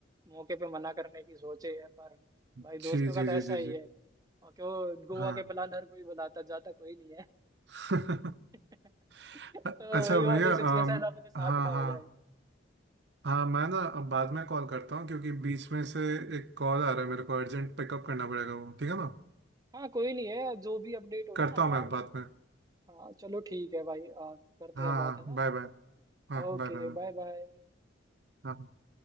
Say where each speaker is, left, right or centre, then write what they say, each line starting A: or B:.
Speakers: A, on the right; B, on the right.
A: मौके पे मना करने की सोचे है पर
B: जी
A: भाई दोस्तों
B: जी
A: का तो
B: जी
A: ऐसा
B: जी
A: ही
B: जी
A: है और क्यों गोवा
B: हाँ
A: के प्लान हर कोई बनाता जाता कोई नहीं है
B: <laughs>
A: <laughs> तो
B: अच्छा
A: वही
B: भैया
A: वाली सिचुएशन
B: अम,
A: अपने साथ
B: हाँ
A: ना हो
B: हाँ
A: जाए
B: हाँ मैं ना अब बाद में कॉल करता हूँ क्योंकि बीच में से एक कॉल आ रहा है मेरे को अर्जेंट पिकअप करना पड़ेगा वो ठीक है ना
A: हाँ कोई नहीं है जो भी अपडेट हो
B: करता
A: ना आप
B: हूँ मैं बाद
A: एक
B: में
A: हाँ चलो ठीक है भाई आप करते
B: हाँ
A: हैं बात
B: हाँ
A: है ना
B: बाय बाय हाँ
A: Okay
B: बाय बाय हाँ
A: bye bye
B: हाँ।